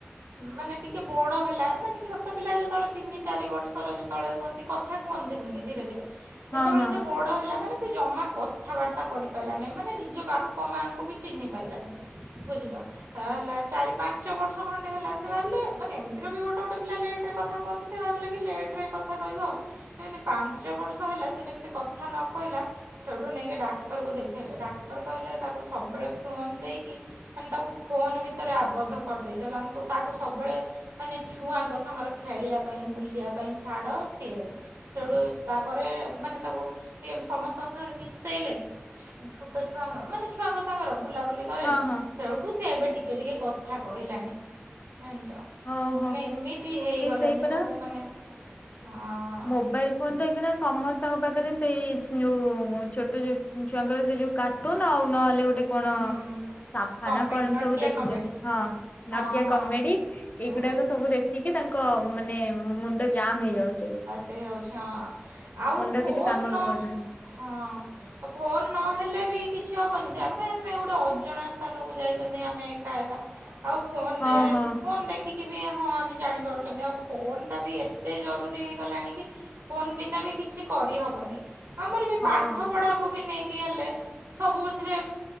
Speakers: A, on the right; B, on the left.
A: ମାନେ ଟିକିେ ବଡ଼ ହେଲା ମାନେ ଛୋଟ ପିଲା ଯେତେବେଳେ ତିନି ଚାରି ବର୍ଷର ଯେତେବେଳେ ହୁଅନ୍ତି କଥା କୁହନ୍ତିନି କି ଧୀରେ ଧୀରେ
B: ହଁ
A: ଯେତେବେଳେ
B: ହଁ
A: ସେ ବଡ ହେଲା ମାନେ ଜମା କଥାବାର୍ତ୍ତା କରିପାରଲାନି ମାନେ ନିଜ ବାପା ମାଙ୍କୁ ବି ଚିହ୍ନି ପାଇଲାନି ବୁଝିଲ ହଁ ହେଲା ଚାରି ପାଞ୍ଚ ପାଞ୍ଚ ବର୍ଷ ଖଣ୍ଡେ ହେଲା ସେ ଭାବିଲେ ମାନେ ଏମିତିର ବି ଗୋଟେ ଗୋଟେ ପିଲା ଲେଟ୍ରେ କଥା କୁହନ୍ତି ସେ ଭାବିଲେ କି ଲେଟ୍ରେ କଥା କହିବ ଆଉ ଯେମିତି ପାଞ୍ଚ ବର୍ଷ ହେଲା ସେ ଯେମିତି କଥା ନ କହିଲା ସେଇଠୁ ନେଇକି ଡାକ୍ତରକୁ ଦେଖାଇଲେ ଡାକ୍ତର କହିଲେ ତାକୁ ସବୁବେଳେ ଫୋନ୍ ଦେଇକି ମାନେ ତାକୁ ଫୋନ୍ ଭିତରେ ଆବଦ୍ଧ କରିଦେଇଛ ତାଙ୍କୁ ତାକୁ ସବୁବେଳେ ମାନେ ଛୁଆଙ୍କ ସାଙ୍ଗରେ ଖେଳିବା ପାଇଁ ବୁଲିବା ପାଇଁ ଛାଡ଼ ସିଏ ସେଠୁ ତାପରେ ମାନେ ତାକୁ ଟିକଏ ସମସ୍ତଙ୍କ ସାଙ୍ଗରେ ମିଶାଇଲେ ଛୋଟ ଛୁଆଙ୍କ ମାନେ ଛୁଆଙ୍କ ସାଙ୍ଗର ବୁଲାବୁଲି କରେଲି
B: ହଁ ହଁ
A: ସେଠ ସେ ଏବେ ଟିକେ ଟିକେ କଥା କହିଲାଣି। ଜଣିଛ
B: ଓହୋ
A: ମାନେ ଏମିତି ହେଇଗଲାଣି
B: ଏଇ ସେଇ ପରା
A: ସବୁ ମାନେ ହଁ
B: ମୋବାଇଲ ଫୋନ ତଇକନା ସମସ୍ତଙ୍କ ପାଖରେ ସେଇ ଯୋଉ ଛୋଟ ଛୁଆଙ୍କର ସେ ଯୋଉ କାର୍ଟୁନ ଆଉ ନହେଲେ ଗୋଟେ କଣ
A: ହୁଁ
B: ସାଫାନ
A: କମେଡ଼ି
B: କଣ
A: ନଟିଆ
B: ସବୁ ଦେଖୁଛେ
A: କମେଡ଼ି
B: ହଁ
A: ହଁ
B: ନଟିଆ
A: ହଁ।
B: କମେଡି ଏଇଗୁଡାକ ସବୁ ଦେଖିକି ତାଙ୍କ ମାନେ ମୁଣ୍ଡ ଜାମ୍ ହେଇଯାଉଛି।
A: ସେ ହଉଛି ହଁ ଆଉ
B: ମୁଣ୍ଡ
A: ଫୋନ
B: କିଛି କାମ
A: ନ
B: ବି କରୁନି
A: ହଁ ଫୋନ ନହେଲେ ବି କିଛି କିଛି ହବନି ଯେ ଆମେ ଆମେ ଗୋଟେ ଅଜଣା ସ୍ଥାନକୁ ଯାଇଛନ୍ତି ଆମେ ଏକା ଏକା ଆଉ ଫୋନ
B: ହଁ ହଁ
A: ଫୋନ୍ ଦେଖିକି ବି ହଁ ଆମେ ଜାଣିପାରୁଛନ୍ତି ଆଉ ଫୋନ ବି ଏ ଏତେ ଜରୁରୀ ହେଇ ଗଲାଣି କି ଫୋନ୍ ବିନା ବି କିଛି କରିହବନି। ଆମର ବି ପାଠ
B: ହଁ।
A: ପଢାକୁ ବି ନେଇକି ହେଲେ ସବୁଥିରେ